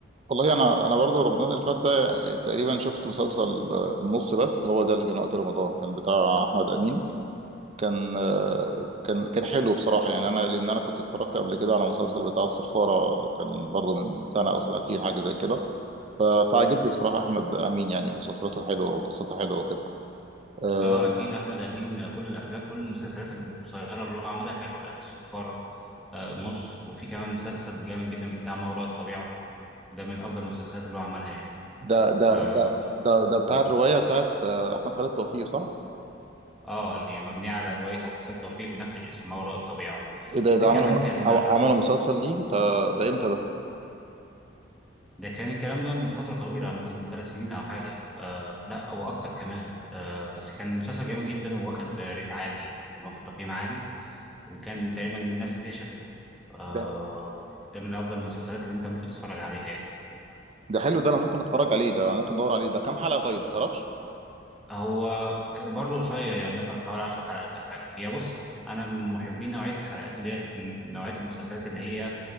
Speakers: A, on the right; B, in the centre.
A: والله انا انا برضو رمضان اللي فات ده آه، تقريبا شفت مسلسل آه، نص بس هو ده اللي كان وقت رمضان كان بتاع احمد امين كان آه، كان كان حلو بصراحة يعني أنا لأن أنا كنت اتفرجت قبل كده على مسلسل بتاع الصفارة كان برضه من سنة أو سنتين حاجة زي كده ف- فعجبني بصراحة أحمد أمين يعني مسلسلاته حلوة وقصته حلوة وكده آه،
B: أه أكيد أحمد أمين آه، كل الأفلام كل المسلسلات القصيرة اللي هو عملها حلوة يعني الصفارة آه، النص وفي كمان مسلسل جامد جدا بتاع ما وراء الطبيعة ده من أفضل المسلسلات اللي هو عملها يعني
A: ده ده
B: آم،
A: ده ده ده بتاع
B: م.
A: الرواية بتاعت آه، أحمد خالد توفيق صح؟
B: اه اللي هي مبنية على رواية أحمد خالد توفيق بنفس الاسم ما وراء الطبيعة
A: إيه ده
B: وفي
A: ده
B: كمان
A: عملوا
B: كان
A: عملوا مسلسل ليه ده ده إمتى ده؟
B: ده كان الكلام ده من فترة طويلة ممكن من ثلاث سنين أو حاجة آه لا أو أكتر كمان آه بس كان مسلسل جامد جدا وواخد آه، ريت عالي يعني كان واخد تقييم عالي وكان تقريبا ناس كتير شافته آه
A: ده
B: ده من أفضل المسلسلات اللي أنت ممكن تتفرج عليها يعني
A: ده حلو ده أنا ممكن أتفرج عليه ده ممكن أدور عليه ده كام حلقة طيب ما تعرفش؟
B: هو ك- برضه قصير يعني مثلا حوالي 10 حلقات أو حاجة هي بص أنا من محبين نوعية الحلقات اللي هي م- نوعية المسلسلات اللي هي